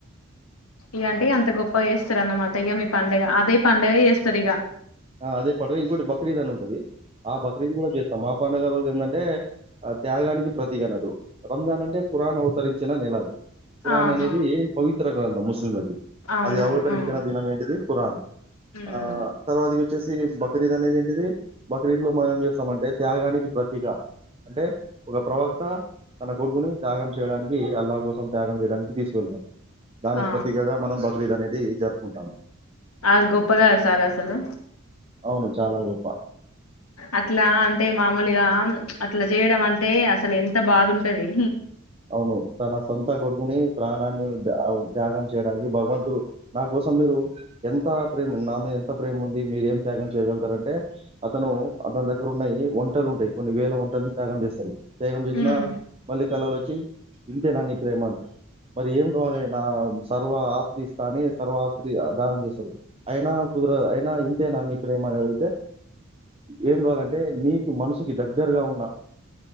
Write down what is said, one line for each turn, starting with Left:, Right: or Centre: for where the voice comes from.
Left: ఇండియాని అంత గొప్ప చేస్తారు అన్నమా తేగా మీ పండగ అదే పండగ చేస్తరిగా
Right: ఆ అదే పండగ ఇంకోటి బక్రీద్ అని ఉంటది ఆ బక్రీద్ కూడా చేస్తాం మా పండుగ రోజు ఏందంటే ఆ త్యాగానికి ప్రతీక అనట్టు రంజాన్ అంటే ఖరాన్ అవతరించిన నెల అది కురాన్
Left: ఆహా
Right: అనేది పవిత్ర అంటరంట ముస్లింలకి
Left: అవునవును
Right: అది అవతరించిన
Left: ఆ
Right: దినం ఏంటిది ఖురాన్
Left: ఉమ్
Right: ఆ తర్వాత బక్రీద్ అనేది ఏంటిది బక్రీద్ లో మనం ఏం చేస్తామంటే త్యాగానికి ప్రతీక అంటే ఒక ప్రవక్త తన కొడుకుని త్యాగం చేయడానికి అల్లా కోసం త్యాగం చేయడానికి తీసుకువేళ్తం దానికి
Left: ఆ
Right: ప్రతీకగా మనం బక్రీద్ అనేది జరుపుకుంటాము
Left: అది గొప్ప కాదు సార్ అసలు
Right: అవును చాలా గొప్ప
Left: అట్లా అంటే మామూలుగా అట్లా చేయడం అంటే అసలు ఎంత బాదుంటది
Right: అవును తన సొంత కొడుకుని ప్రాణాన్ని త్యాగం చేయడానికి భగవంతుడు నా కోసం మీరు ఎంత ప్రేమ నా మీద ఎంత ప్రేమ ఉంది మీరేం త్యాగం చేయగలుగుతారంటే అతను అతని దగ్గర ఉన్నయి ఒంటెలు ఉంటాయి కొన్ని వేల ఒంటెల్ని త్యాగం చేస్తారు తేగం చేసినా
Left: ఉమ్
Right: మళ్ళీ కళలో వ చ్చి ఇంతేనా నీ ప్రేమ మరి ఏం కావాలే నా సర్వ ఆస్తి ఇస్తా అని సర్వ ఆస్తి దానం చేస్తారు అయినా కుదరదు అయినా ఇంతేనా నీ ప్రేమ అని అడుగుతే ఏం కావాలంటే నీకు మనసుకి దగ్గరగా ఉన్నా